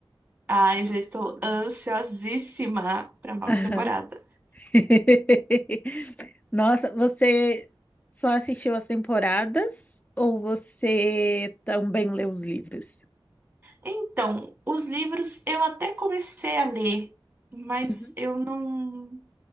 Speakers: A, on the right; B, on the left.
A: Ah, eu já estou ansiosíssima para nova
B: Aham.
A: temporada.
B: <laughs> Nossa, você só assistiu as temporadas ou você também leu os livros?
A: Então, os livros eu até comecei a ler, mas
B: Uhum.
A: eu não.